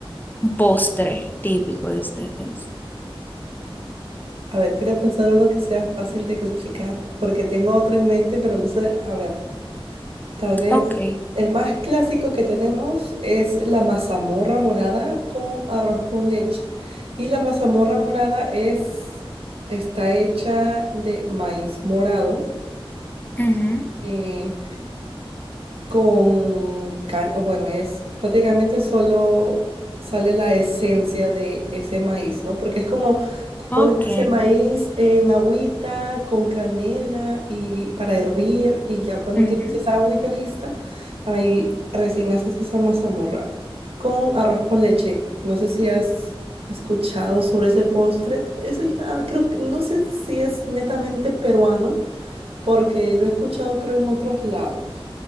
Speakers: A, on the left (about 20°); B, on the right (about 80°).
A: un postre típico de ustedes.
B: A ver, quiero pensar uno que sea fácil de explicar, porque tengo otro en mente, pero no sé. A ver, tal vez
A: Ok.
B: el más clásico que tenemos es la mazamorra morada con arroz con leche. Y la mazamorra morada es, está hecha de maíz morado.
A: Ujú.
B: eh, con, can- o bueno, es prácticamente solo sale la esencia de ese maíz, ¿no? Porque es como
A: Ok.
B: pones ese maíz en agüita con canela y para hervir y ya cuando
A: Ujú.
B: tienes esa agüita lista, ahí recién haces esa mazamorra con arroz con leche. No sé si has escuchado sobre ese postre. Eso ya creo que no sé si es netamente peruano porque lo he escuchado creo en otros lados.